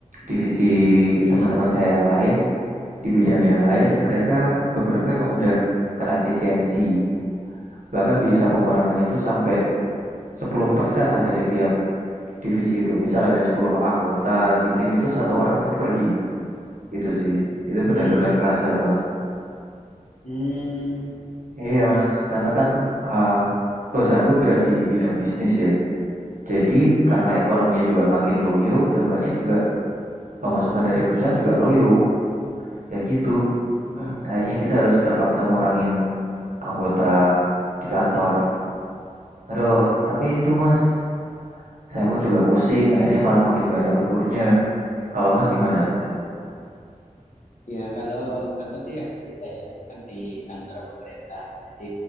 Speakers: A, on the right; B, on the left.
A: Divisi
B: Ya,
A: teman-teman saya yang lain di bidang yang lain
B: ya, ya.
A: mereka beberapa emang udah kena efisiensi. Bahkan bisa pengurangannya tuh sampai 10% lah dari tiap divisi itu. Misal ada 10 anggota di tim itu satu orang pasti pergi. Itu sih. Itu
B: Hmm,
A: benar-benar kerasa banget.
B: hmm,
A: Iya Mas, karena kan eh, perusahaanku gerak di bidang bisnis ya. Jadi
B: hmm.
A: karena ekonominya juga makin loyo, dampaknya juga pemasukan dari perusahaan juga loyo ya gitu Hmm. akhirnya kita harus terpaksa ngurangin anggota di kantor aduh
B: Wah,
A: tapi itu mas saya pun juga pusing akhirnya malah makin banyak lemburnya kalau mas gimana
B: itu Ya, kalau aku sih agak beda ya. Kan di kantor pemerintah. Jadi